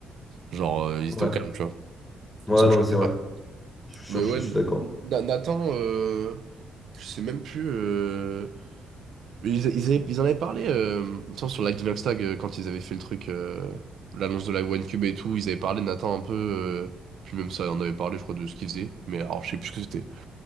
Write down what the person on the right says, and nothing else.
genre euh, ils étaient
au
calme tu vois.
Ça me
choquerait
pas.
Mais ouais,
Na- Nathan euh, je sais même plus euh, ils, ils avaient- ils en avaient parlé, euh, il me semble, sur l'Aquinox Tag, euh, quand ils avaient fait le truc, euh, l'annonce de la OneCube et tout, ils avaient parlé de Nathan un peu, euh, puis même ça, on avait parlé, je crois, de ce qu'ils faisaient, mais alors je sais plus ce que c'était,